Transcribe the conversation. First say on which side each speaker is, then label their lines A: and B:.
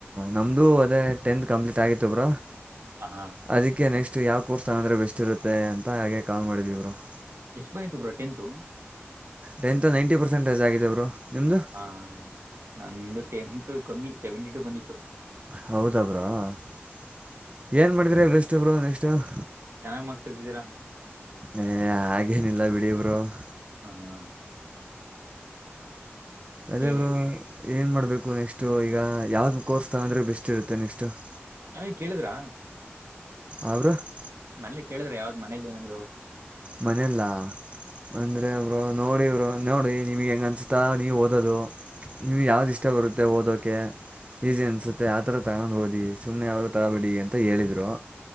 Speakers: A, on the right (about 30°); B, on the right (about 75°).
A: ನಮ್ಮದುೂ ಅದೇ ಟೆಂತ್ ಕಂಪ್ಲೀಟ್ ಆಗಿತ್ತು ಬ್ರೋ? <inaudible>
B: ಹ ಹಾ <inaudible>
A: ಅದಕ್ಕೆ ನೆಕ್ಸ್ಟ ಯಾವ ಕೋರ್ಸ್ ತಗೋಂದ್ರೆ ಬೆಸ್ಟ್ ಇರುತ್ತೆ ಅಂತ ಹಾಗೆ ಕಾಲ್ ಮಾಡಿದ್ವಿ ಇಬ್ರೋ. <inaudible>
B: ಎಷ್ಟ point bro tenth? <inaudible>
A: Tenth ninety percentage ಆಗಿದೆ ಬ್ರೋ ನಿಮ್ದು? <inaudible>
B: ಹಾ ನಂದು ಟೆಂತ್ ಕಮ್ಮಿ ಸೆವೆಂಟಿ ಟು ಬಂದಿತ್ತು. <inaudible>
A: ಹೌದ ಬ್ರೋ. <inaudible> ಏನ್ ಮಾಡಿದ್ರೆ ಬೆಸ್ಟು ಬ್ರೋ ನೆಕ್ಸ್ಟು. <inaudible>
B: ಚೆನ್ನಾಗಿ ಮಾರ್ಕ್ಸ್ ತೆಗ್ದಿದ್ದೀರಾ
A: ಏ ಹಾಗೇನಿಲ್ಲ ಬಿಡಿ ಬ್ರೋ? <inaudible>
B: ಹಾ ಹ <inaudible>
A: ಅದೇ
B: ಹೇಳಿ
A: ಬ್ರೋ
B: ಹೇಳಿ
A: ಏನು ಮಾಡಬೇಕು ನೆಕ್ಸ್ಟು ಈಗ ಯಾವ್ದ ಕೋರ್ಸ್ ತೊಗೋನಂದರೆೆ ಬೆಸ್ಟ್ ಇರುತ್ತೆ ನೆಕ್ಸ್ಟು? <inaudible>
B: ಹಾ ಈ <inaudible> ಕೇಳಿದ್ರಾ?
A: ಅವರು? <inaudible>
B: ಮನೇಲಿ ಕೇಳಿದ್ರೆ ಯಾವ್ದ್ ಮನೇಲ್ಲ ಏನಂದರು? <inaudible>
A: ಮನೇಲ್ಲ ಒಂದ <inaudible> ಅದೇ ಬ್ರೋ ನೋಡಿ ಬ್ರೋ ನೋಡಿ ನಿವ್ಗೆ ಹೆಂಗ ಅನ್ಸುತ್ತಾ ನೀವು ಓದದು. <inaudible> ನಿಮ್ಗೆ ಯಾವದ
B: ಹಾ
A: ಇಷ್ಟ ಬರುತ್ತೆ ಓದೋಕೆ ಈಸಿ ಅನ್ಸುತ್ತೆ ಆತರ ತಗೊಂಡ್ ಓದಿ. <inaudible> ಸುಮ್ನೆ ಯಾವ್ದು
B: ಹ್ಮ್
A: ತಗೋಬೇಡಿ ಅಂತ ಹೇಳಿದರು